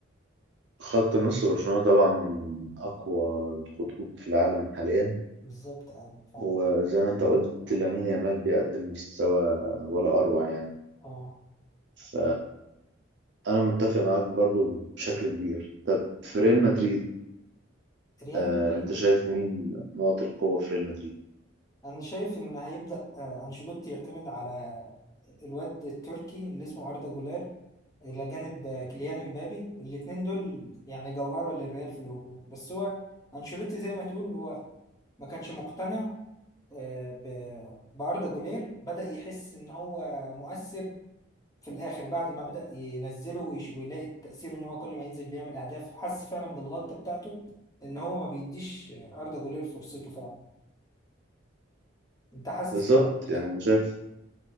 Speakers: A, on the right; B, on the left.
A: خط نص برشلونة طبعا من أقوى الخطوط في العالم حاليا
B: بالظبط أيوة فاهم
A: وزي ما انت قلت لامين يامال بيقدم مستوى ولا أروع يعني
B: اه
A: ف أنا متفق معاك برضو بشكل كبير طب في ريال مدريد
B: ريال
A: آه
B: مدريد
A: انت شايف مين نقط القوة في ريال مدريد
B: أنا شايف إن هيبدأ آه، أنشيلوتي يعتمد على الواد التركي اللي اسمه أردا جولير إلى جانب آه، كيليان امبابي الاتنين دول يعني جوهرة للريال في الهجوم بس هو أنشيلوتي زي ما تقول هو ما كانش مقتنع آه، ب- بأردا جولير بدأ يحس إن هو مؤثر في الآخر بعد ما بدأ ينزله ويش- ويلاقي التأثير إن هو كل ما ينزل بيعمل أهداف حس فعلا بالغلطة بتاعته إن هو ما بيديش أردا جولير فرصته فعلا أنت حاسس
A: بالظبط
B: كده برضه
A: يعني
B: صح؟
A: انا شايف